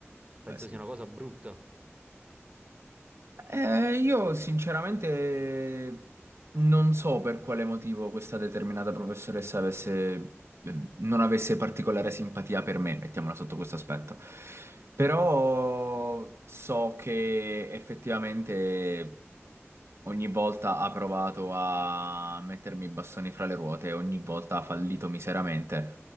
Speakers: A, on the right; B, on the right.
A: Penso
B: beh sì.
A: sia una cosa brutta.
B: Eh, io sinceramente non so per quale motivo questa determinata professoressa avesse, eh, non avesse particolare simpatia per me, mettiamola sotto questo aspetto. Però so che effettivamente ogni volta ha provato a mettermi i bastoni fra le ruote, ogni volta ha fallito miseramente